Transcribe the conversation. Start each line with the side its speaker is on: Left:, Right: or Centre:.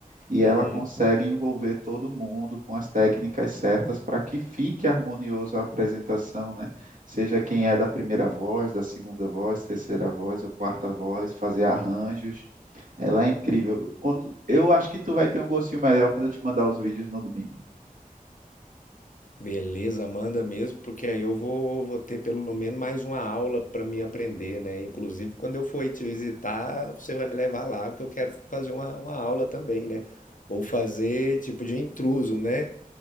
Right: e
Left: uhum.
Right: ela consegue envolver todo mundo com as técnicas certas para que fique harmonioso a apresentação, né? Seja quem é da primeira voz, da segunda voz, terceira voz ou quarta voz, fazer arranjos. Ela é incrível. Quando eu acho que tu vai ter um gostinho melhor quando eu te mandar os vídeos no domingo.
Left: Beleza, manda mesmo, porque aí eu vou, vou ter pelo menos mais uma aula pra me aprender, né? Inclusive, quando eu for te visitar, você vai me levar lá, porque eu quero fazer uma, uma aula também, né? Ou fazer tipo de intruso, né?